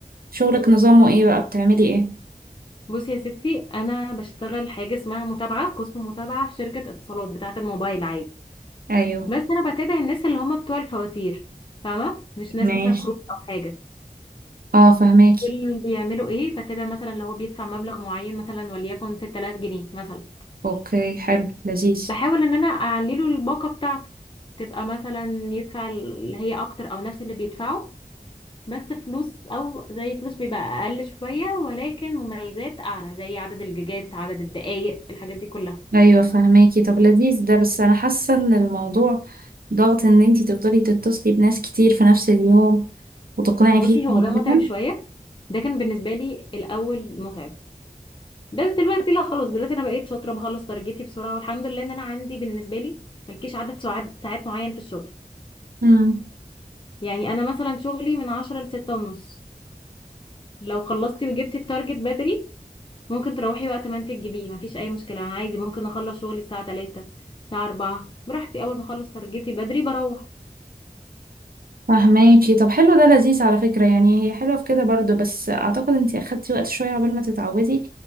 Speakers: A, on the right (about 75°); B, on the left (about 35°).
A: شغلك نظامه ايه بقى بتعملي ايه
B: بصي يا ستي انا بشتغل حاجه اسمها متابعه قسم متابعه في شركه اتصالات بتاعه الموبايل عادي
A: ايوه
B: بس انا بتابع الناس اللي هم بتوع الفواتير فاهمه مش ناس
A: ماشي
B: مثلا كروت او حاجه
A: اه فهماكي
B: دول بيعملوا ايه بتابع مثلا لو هو بيدفع مبلغ معين مثلا وليكن 6000 جنيه مثلا
A: اوكي حلو لذيذ
B: بحاول ان انا اعلي له الباقه بتاعته تبقى مثلا يدفع اللي هي اكتر او نفس اللي بيدفعه بس فلوس او زي فلوس بيبقى اقل شويه ولكن مميزات اعلى زي عدد الجيجات عدد الدقائق الحاجات دي كلها
A: ايوه فهماكي طب لذيذ ده بس انا حاسه ان الموضوع ضغط ان انتي تفضلي تتصلي بناس كتير في نفس اليوم وتقنعي
B: بصي
A: فيهم
B: هو ده متعب
A: كده
B: شوية ده كان بالنسبة لي الأول متعب بس دلوقتي لا خلاص دلوقتي أنا بقيت شاطرة بخلص تارجتي بسرعة والحمد لله إن أنا عندي بالنسبة لي ملكيش عدد ساعات ساعات معين في الشغل
A: امم
B: يعني أنا مثلا شغلي من عشرة لستة ونص لو خلصتي وجبتي التارجت بدري ممكن تروحي وقت ما أنت تجيبيه مفيش أي مشكلة أنا عادي ممكن أخلص شغلي الساعة تلاتة الساعة أربعة براحتي أول ما أخلص تارجتي بدري بروح
A: فهماكي طب حلو ده لذيذ على فكره يعني هي حلوه في كده برضو بس اعتقد انتي اخدتي وقت شويه عقبال ما تتعودي